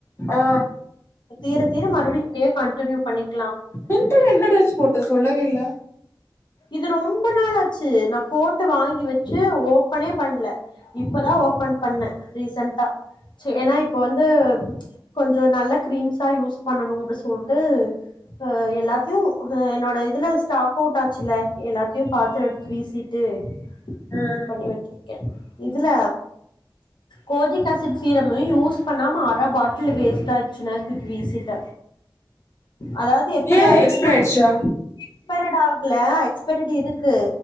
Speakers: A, on the left; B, on the left.
A: ஆ
B: க்கு தீர தீர மறுபடியு இதயே கண்டின்யூ பண்ணிக்
A: பிங்க்லஎன்ன ட்ரெஸ் போட்ட சொல்லவே இல்ல
B: இது ரொம்ப நாளாச்சு நா போட்டு வாங்கி வச்சு ஓப்பனேப் பண்ல இப்பதா ஓபன் பண்ண ரீசண்டா செ நா இப்ப வந்து கொஞ்சோ நல்ல கிரீம்ஸா யூஸ் பண்ணணு அப்டி சொல்ட்டு ஹ எல்லாத்தையு ஹ என்னோட இதுல ஸ்டாக் கூட்டாச்சுல்ல எல்லாத்தையு பாத்து எடுத்து வீசி ட்டு
A: ம்
B: இது பண்ணி வச்சிருக்கே இதுல கோஜிக் ஆசிட் சீரம்மு யூஸ் பண்ணாம அர பாட்டில் வேஸ்ட் ஆயிருச்சு நேத்து வீசிட்ட அதாவ்து எப்டி
A: ஏ
B: ஆயிச்சுன்னா
A: எக்ஸ்பிரி ஆயிடுச்சா
B: எக்ஸ்பரட் ஆகல எக்ஸ்பரட் இருக்கு